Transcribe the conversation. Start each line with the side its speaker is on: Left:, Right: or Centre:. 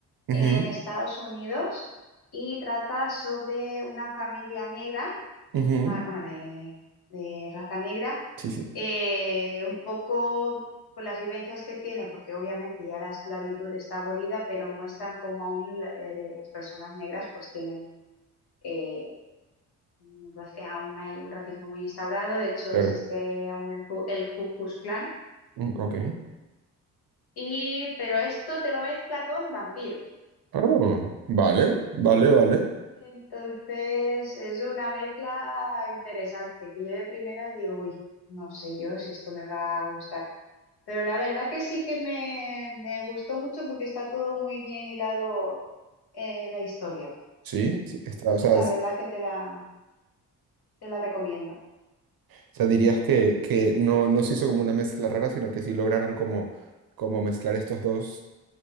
Right: ujú,
Left: en Estados Unidos y trata sobre una familia negra,
Right: ujú.
Left: ma- bueno, de, de raza negra,
Right: Sí, sí,
Left: eh, un poco con las vivencias que tiene, porque obviamente ya la esclavitud está abolida, pero muestran cómo aún la- eh, las personas negras pues tienen... eh, un raci- aún hay un racismo muy instaurado, de hecho
Right: claro.
Left: existe aún el, Ku- el Ku Klux Klan,
Right: Mm, Ok.
Left: Y, pero esto te lo mezcla con vampiros.
Right: Ah, vale, vale, vale.
Left: Entonces es una mezcla interesante, que yo de primeras digo, uy, no sé yo si esto me va a gustar. Pero la verdad que sí que me, me gustó mucho porque está todo muy bien hilado eh, la historia.
Right: Sí, sí, está,
Left: Entonces
Right: o sea,
Left: la
Right: es-
Left: verdad que te la, te la recomiendo.
Right: o sea, dirías que, que no, no se hizo como una mezcla rara, sino que sí lograron como, como mezclar estos dos,